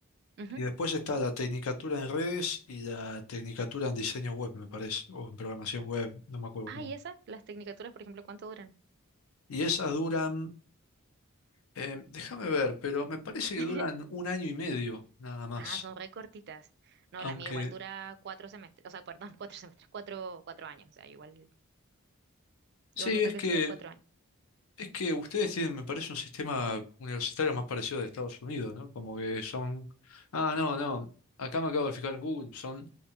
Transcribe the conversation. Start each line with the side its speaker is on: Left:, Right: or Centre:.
Right: ujú,
Left: Y después está la tecnicatura en redes y la tecnicatura en diseño web, me parece, o en programación
Right: ya.
Left: web, no me acuerdo
Right: Ah,
Left: cómo.
Right: ¿y esas? Las tecnicaturas, por ejemplo, ¿cuánto duran?
Left: Y esas duran, eh, déjame ver, pero me parece que
Right: <laughs>
Left: duran un año y medio nada más.
Right: Ah, son re cortitas. No,
Left: Aunque
Right: la mía igual dura cuatro semestres, o sea, perdón, <laughs> cuatro semestres, cuatro, cuatro años. O sea, igual,
Left: sí,
Right: igual me
Left: es
Right: toca
Left: que
Right: estudiar cuatro años.
Left: Es que ustedes tienen, me parece, un sistema universitario más parecido al de Estados Unidos, ¿no? Como que son... Ah, no, no. Acá me acabo de fijar en Google. Son